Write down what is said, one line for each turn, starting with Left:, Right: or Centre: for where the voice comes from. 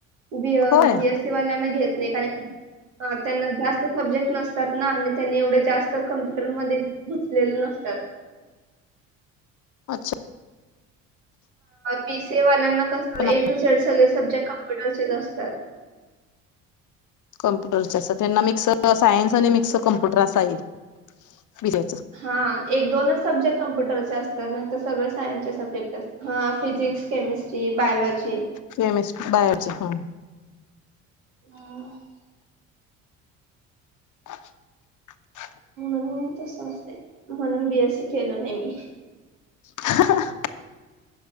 Right: बी
Left: होय
Right: बीएससी वाल्यांना घेत नाही कारण ह त्यांना जास्त सब्जेक्ट नसतात ना आणि त्यांनी एवढं जास्त कम्प्युटरमध्ये घुसलेले नसतात.
Left: अच्छा
Right: बी सी ए वाल्यांना कसं
Left: पण
Right: ए टू झेड सगळे सब्जेक्ट कम्प्युटरचेच असतात.
Left: कम्पुटरचे असत त्यांना मिक्स सायन्स आणि मिक्स कम्प्युटर असा आहे विजेच
Right: हा एक दोनच सब्जेक्ट कम्प्युटरचे असतात ना तर सगळे सायन्सचे सब्जेक्ट अस. Physics chemistry biology.
Left: Chemistry biology हा.
Right: हा.
Left: <inaudible>
Right: अम्म तस असते म्हणून बीए सी केल नाही मी.
Left: ह <unintelligible>